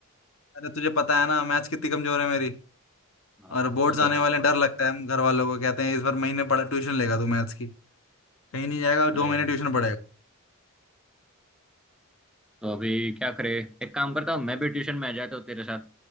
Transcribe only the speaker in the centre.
हाँ
वो
तो है
अरे
तो अभी क्या करे एक काम करता हूँ मैं भी ट्यूशन में आ जाता हूँ तेरे साथ